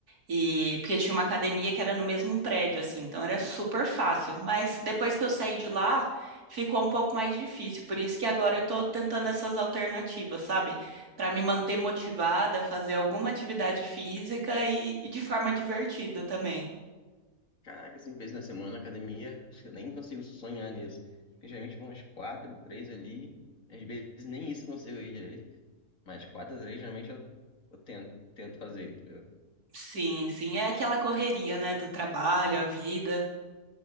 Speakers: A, on the right; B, on the left.
A: E porque tinha uma academia que era no mesmo prédio, assim, então era super fácil. Mas depois que eu saí de lá, ficou um pouco mais difícil. Por isso que agora eu tô tentando essas alternativas, sabe? Pra me manter motivada, fazer alguma atividade física e, e de forma divertida também.
B: Caraca, cinco vezes na semana na academia, acho que eu nem consigo sonhar nisso. Porque geralmente vão umas quatro, três ali. Às vezes nem isso eu consigo ir direito. Mas quatro, três, geralmente eu, eu tento, tento fazer, entendeu?
A: Sim, sim, é aquela correria, né, do trabalho, a vida.